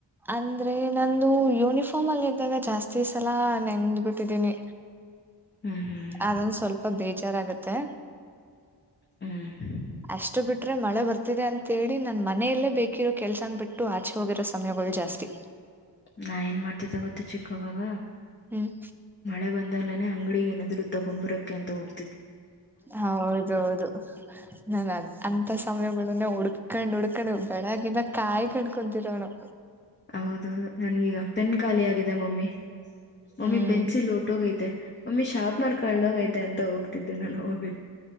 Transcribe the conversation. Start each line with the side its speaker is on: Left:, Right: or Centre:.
Centre: ಅಂದ್ರೆ ನಂದು ಯುನಿಫಾರ್ಮ್ನಲ್ ಇದಾಗ ಜಾಸ್ತಿ ಸಲ ನೆಂದ್ಬಿಟ್ಟಿದೀನಿ.
Left: ಹ್ಮ್ ಹ್ಮ್
Centre: ಅದೆಂಗ್ ಸೋಲ್ಪ ಬೇಜಾರಾಗತ್ತೆ.
Left: ಹ್ಮ್
Centre: ಅಷ್ಟ ಬಿಟ್ರೆ ಮಳೆ ಬರ್ತ. ತಿದೆ ಅಂತೇಳಿ ನನ್ ಮನೆಯಲ್ಲೇ ಬೇಕರು ಕೆಲ್ಸನ್ ಬಿಟ್ಟು ಆಚೆ ಹೋಗಿರೋ ಸಮಯಗಳ್ ಜಾಸ್ತಿ.
Left: ನಾ ಏನ್ ಮಾಡ್ತಿದೆ ಗೊತ್ತ ಚಿಕ್ಕವಾಗ
Centre: ಹ್ಮ್
Left: ಮಳೆ ಬಂತ್. ಗ್ಲೇನೇ ಅಂಗ್ಡಿಗ್ ಏನಾದ್ರು ತೊಗೊಂಬರಕೆ ಅಂತ ಹೋಗ್.
Centre: ಹೌದೌದು ನಾನ್ ಅಂ ಅಂತ ಸಮಯಗಳುನೆ ಹುಡುಗ್. ಉಡ್ಕಂಡ್ ಉಡ್ಕಂಡು ಬೆಳಗಿಂದ ಕೈಕಂಡ್ ಕುಂತಿರೋಳು.
Left: ಹೌದು ನನ್ಗೀಗ ಪೆನ್ ಖಾಲಿ ಆಗಿದೆ ಮಮ್ಮಿ ಮಮ್ಮಿ
Centre: ಹ್ಮ್
Left: ಪೆನ್ಸಿಲ್ ಒಟ್ಟೋಗೈತೆ. ಮಮ್ಮಿ ಶಾರ್ಪ್ನರ್ ಕಾಳ್ದೋಗೈತೆ ಅಂತ ಹೋಗ್ತಿದ್ದೆ ನಾನು ಅವಾಗ್